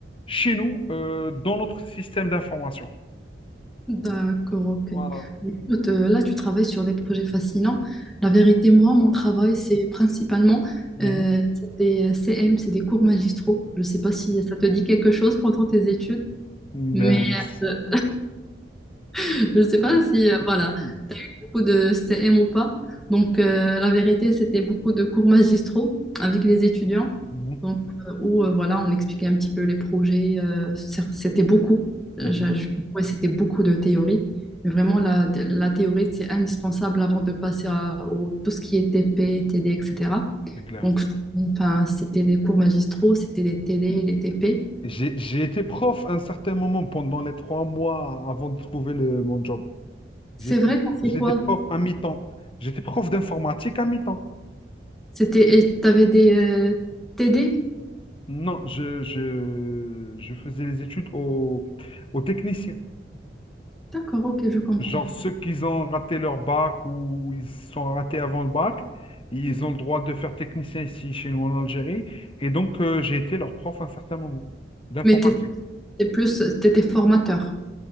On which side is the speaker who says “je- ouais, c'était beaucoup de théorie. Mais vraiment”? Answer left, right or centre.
Centre